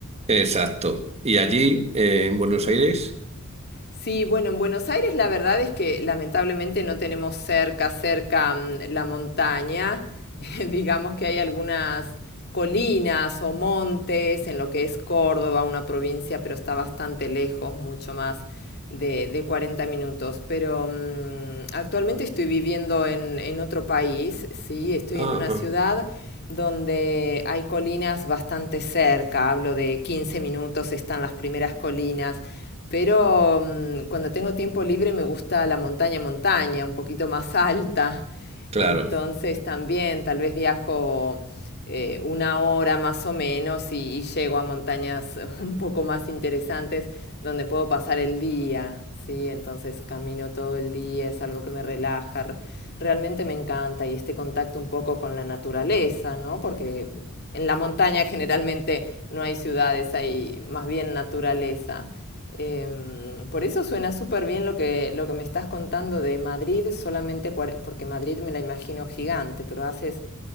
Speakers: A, on the right (about 30°); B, on the left (about 50°).
A: Exacto. ¿Y allí, eh, en Buenos Aires?
B: Sí, bueno, en Buenos Aires la verdad es que lamentablemente no tenemos cerca, cerca mm, la montaña. <laughs> Digamos que hay algunas colinas o montes en lo que es Córdoba, una provincia, pero está bastante lejos, mucho más de, de 40 minutos. Pero mm, actualmente estoy viviendo en, en otro país, sí, estoy
A: Ajá,
B: en una ciudad donde hay colinas bastante cerca, hablo de 15 minutos, están las primeras colinas pero mm, cuando tengo tiempo libre me gusta la montaña, montaña, un poquito más alta.
A: claro.
B: Entonces también tal vez viajo eh, una hora más o menos y, y llego a montañas <laughs> un poco más interesantes donde puedo pasar el día. Sí, entonces camino todo el día, es algo que me relaja. Realmente me encanta y este contacto un poco con la naturaleza, ¿no? Porque en la montaña generalmente no hay ciudades, hay más bien naturaleza. Em, por eso suena súper bien lo que, lo que me estás contando de Madrid, solamente cuare- porque Madrid me la imagino gigante, pero haces